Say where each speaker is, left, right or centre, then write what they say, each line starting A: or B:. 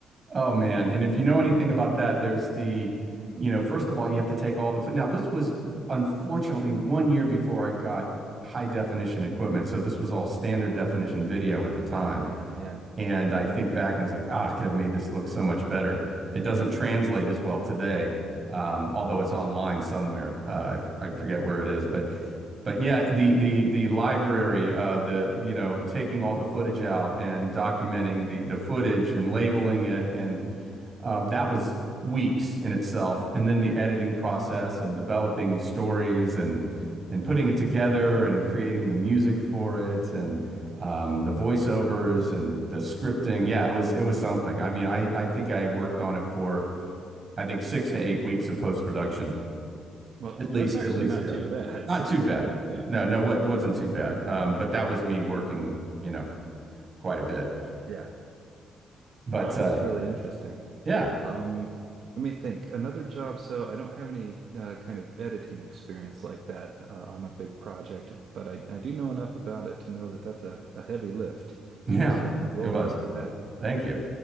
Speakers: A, on the right (about 40°); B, on the right (about 60°).
A: Oh man! And if you know anything about that, there's the, you know, first of all, you have to take all the. Now this was unfortunately one year before I got high definition equipment, so this was all standard definition video at the time.
B: Oh man, yeah.
A: And I think back and it's like, ah, I could have made this look so much better. It doesn't
B: Yeah.
A: translate as well today, um, although it's online somewhere. Uh, I, f- I forget where it is, but but yeah, the the the library, uh, the you know, taking all the footage out and documenting the the footage and labeling it and uh, that was weeks in itself. And then the editing process and developing stories and and putting it together and creating the music for it and um, the voiceovers and the scripting. Yeah, it was it was something. I mean, I I think I worked on it for I think six to eight weeks of post production
B: Well,
A: at least.
B: that's actually
A: At least,
B: not
A: yeah,
B: too bad.
A: not
B: <laughs> Six
A: too
B: to
A: bad.
B: eight weeks. Yeah.
A: No, no, what wasn't too bad. Um, but that was me working, you know, quite a bit.
B: Yeah.
A: But
B: Wow,
A: uh,
B: that's really interesting.
A: yeah,
B: Um, let me think. Another job. So I don't have any uh, kind of editing experience like that uh, on a big project, but I, I do know enough about it to know that that's a, a heavy lift.
A: <laughs> yeah,
B: So well
A: it
B: done
A: was.
B: for that.
A: Thank you.